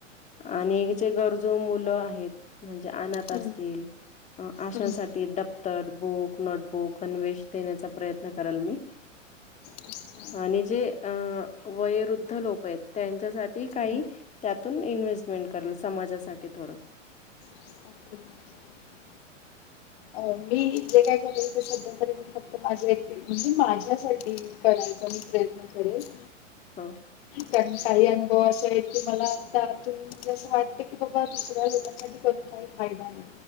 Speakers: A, on the left; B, on the left.
A: आणि जे गरजू मुलं आहेत म्हणजे अनात असतील.
B: हम्म,
A: आशांसाठी
B: हम्म,
A: दप्तर, बुक, नोटबुक, अन्वेष देण्याचा प्रयत्न करराल मी.
B: अच्छा.
A: आणि जे अ वयवृद्ध लोक आहेत त्यांच्यासाठी काही.
B: हम्म,
A: त्यातून इन्व्हेस्टमेंट करलं समाजासाठी थोडं.
B: <unintelligible> अ मी जे काय केरेल ते सध्या तरी मी फक्त माझ्या एकटी म्हणजे माझ्यासाठी करायचा मी प्रयत्न करेल.
A: हो.
B: कारण काही अनुभव असं आहे की मला आता आतून म्हणजे असं वाट टते की बाबा दुसऱ्या लोकांसाठी करून काही फायदा नाही